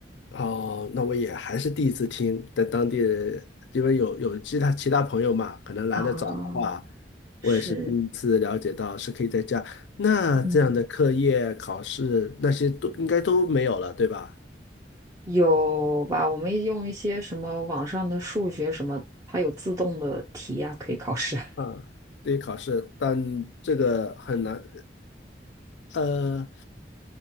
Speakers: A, on the left; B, on the right.
A: 哦，那我也还是第一次听，在当地人因为有有其他其他朋友嘛，可能来的早的话，
B: 啊，是，
A: 我也是第一次了解到是可以在家。那这样的课业、
B: 嗯。
A: 考试那些都应该都没有了，对吧？
B: 有吧？我们用一些什么网上的数学什么，它有自动的题呀、可以考试啊。
A: 啊，对，考试，但这个很难。呃